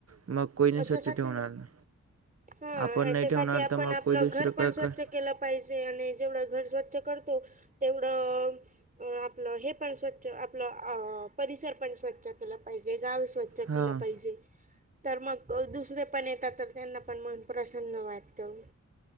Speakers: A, on the right; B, on the right.
A: मग कोणी
B: त्या
A: नाही स्वच्छ
B: त्यासाठी
A: ठेवणार ना.
B: हा
A: आपण
B: त्याच्यासाठी
A: नाही ठेवणार
B: आपण
A: तर मग
B: आपलं
A: कोणी दुसरं
B: घर पण
A: काय
B: स्वच्छ
A: काय
B: केलं पाहिजे आणि जेवढं घर स्वच्छ करतो तेवढं अ आपलं हे पण स्वचछ आपला अ परिसर पण स्वच्छ केला पाहिजे गाव स्वच्छ केलं
A: हां
B: पाहिजे तर मग दुसरे पण येतात तर त्यांना पण मन प्रसन्न वाटतं